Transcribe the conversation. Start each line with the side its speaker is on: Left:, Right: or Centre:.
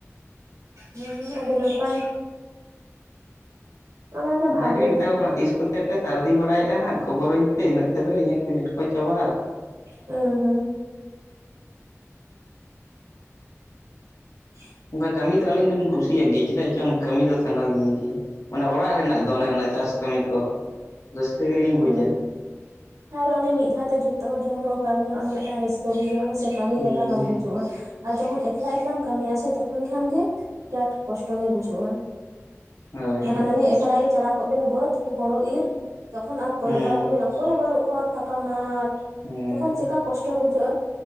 Right: ᱱᱤᱭᱟᱜᱮ ᱟᱹᱰᱤ ᱱᱟᱯᱟᱭ ᱚᱱᱟᱜᱮ
Left: ᱚᱱᱟ
Right: ᱵᱷᱟᱜᱮ
Left: ᱜᱮ ᱞᱤᱧ ᱢᱮᱛᱟ ᱠᱚ ᱠᱟᱱᱟ ᱛᱤᱥ ᱠᱚᱛᱮ ᱯᱮ ᱥᱟᱹᱨᱫᱤ ᱵᱟᱲᱟᱭᱮᱫᱼᱟ ᱦᱟᱸᱜ ᱠᱷᱚᱵᱚᱨᱟᱹᱧ ᱯᱮ ᱤᱱᱟᱹᱜ ᱛᱮᱫᱚ ᱤᱧᱟᱹᱜ ᱵᱤᱱᱤᱰ ᱠᱚ ᱪᱟᱵᱟᱜᱼᱟ
Right: ᱦᱩᱸ ᱦᱩᱸ <inaudible>
Left: ᱚᱱᱠᱟ ᱠᱟᱹᱢᱤ ᱫᱚ ᱟᱹᱞᱤᱧ ᱫᱚᱞᱤᱧ ᱠᱩᱥᱤᱭᱟᱜ ᱜᱮᱭᱟ ᱪᱮᱫᱟᱜ ᱪᱚᱝ ᱠᱟᱹᱢᱤ ᱫᱚ ᱥᱟᱱᱟ ᱞᱤᱧᱟ ᱜᱮᱭᱟ ᱚᱱᱮ ᱚᱲᱟᱜ ᱨᱮᱱᱟᱜ ᱫᱚ ᱚᱱᱮ ᱚᱱᱟ ᱪᱟᱥ ᱠᱟᱹᱢᱤ ᱠᱚ ᱨᱟᱹᱥᱠᱟᱹ ᱜᱮᱞᱤᱧ ᱵᱩᱡᱟ
Right: ᱦᱩᱸ ᱟᱨ ᱚᱱᱮ ᱢᱤᱫ ᱫᱷᱟᱣ ᱛᱮ ᱡᱷᱚᱛᱚ ᱦᱚᱲ ᱡᱚᱠᱷᱚᱱ ᱠᱚ ᱠᱟᱹᱢᱤᱭᱟ ᱚᱱᱟ ᱢᱤᱫ ᱴᱟᱝ ᱨᱟᱹᱥᱠᱟᱹ ᱵᱩᱡᱷᱟᱹᱜᱼᱟ ᱥᱮ ᱠᱟᱹᱢᱤ
Left: ᱦᱩᱸ
Right: ᱞᱮᱠᱟ ᱵᱟᱝ
Left: ᱦᱩᱸ
Right: ᱵᱩᱡᱷᱩᱜᱼᱟ ᱟᱨ ᱡᱚᱠᱷᱚᱱ ᱮᱠᱞᱟ ᱮᱠᱞᱟᱢ ᱠᱟᱹᱢᱤᱭᱟ ᱥᱮ ᱛᱚᱠᱷᱚᱱ ᱜᱮ ᱵᱤᱨᱟᱴ ᱠᱚᱥᱴᱚ ᱜᱮ ᱵᱩᱡᱷᱩᱜᱼᱟ
Left: ᱦᱳᱭ
Right: ᱵᱟᱠᱷᱟᱱ
Left: ᱦᱳᱭ
Right: ᱚᱱᱮ ᱮᱠᱞ ᱜᱮ ᱪᱟᱞᱟᱣ ᱠᱚᱜ ᱵᱤᱱ ᱵᱟᱹᱫᱽ ᱦᱳᱲᱩ ᱤᱨ ᱛᱚᱠᱷᱚᱱ ᱟᱨ ᱠᱚᱭᱚᱜ
Left: ᱦᱩᱸ
Right: ᱵᱟᱲᱟ ᱠᱚᱵᱟᱹᱧ ᱚᱠᱚᱭ ᱦᱚᱸ ᱵᱟᱹᱱᱩᱜ ᱠᱚᱣᱟ ᱯᱷᱟᱸᱠᱟ ᱢᱟᱴ,
Left: ᱦᱮᱸ
Right: ᱛᱚᱠᱷᱚᱱ ᱪᱮᱫᱠᱟ ᱠᱚᱥᱴᱚ ᱵᱩᱡᱷᱟᱹᱜᱼᱟ?